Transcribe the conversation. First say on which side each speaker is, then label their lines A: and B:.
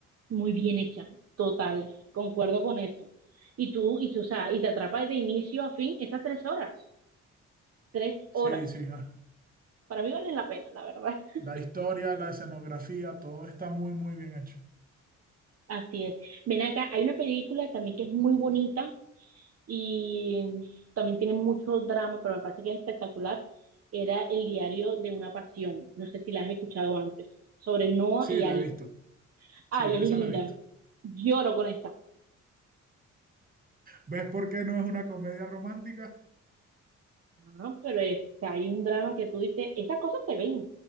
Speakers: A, on the right; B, on the right.
A: Muy bien hecha. Total. Concuerdo con eso. Y tú, y tú, o sea, y te atrapas de inicio a fin esas tres horas. Tres
B: Sí,
A: horas.
B: sí, ah.
A: Para mí valen la pena, la verdad. <laughs>
B: La historia, la escenografía, todo está muy, muy bien hecho.
A: Así es. Ven acá, hay una película también que es muy bonita, y también tiene mucho drama, pero me parece que es espectacular. Era El diario de una pasión. No sé si la has escuchado antes. Sobre Noah
B: Sí,
A: y
B: la
A: Ali.
B: he visto.
A: Ay,
B: Sí, esa
A: es linda.
B: la he visto.
A: Lloro con esa.
B: ¿Ves por qué no es una comedia romántica?
A: Ah, pero es que hay un drama que tú dices, esas cosas se ven.